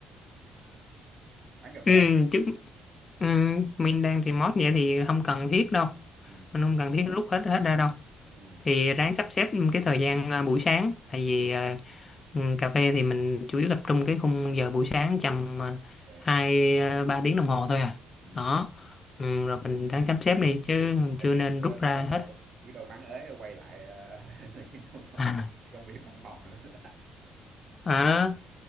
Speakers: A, on the right (about 45°); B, on the left (about 40°).
A: à, bán cà
B: Ừ,
A: phê
B: chứ ừ, mình đang remote vậy thì không cần thiết đâu
A: ừ,
B: mình không cần thiết rút hết hết ra đâu
A: ừ,
B: thì ráng sắp xếp cái thời gian à, buổi sáng tại vì à, ừ, cà phê thì mình chủ yếu tập trung cái khung giờ buổi sáng tầm à,
A: ok.
B: hai à, ba tiếng đồng hồ thôi à
A: ừ.
B: đó ừ, rồi mình ráng
A: nên
B: sắp xếp đi chứ
A: nên
B: chưa
A: giữ
B: nên rút
A: à,
B: ra
A: biết đâu
B: hết
A: biết đâu bán ế quay lại à, <laughs> cái công công
B: <laughs>
A: công việc văn phòng nữa <laughs>
B: Ờ,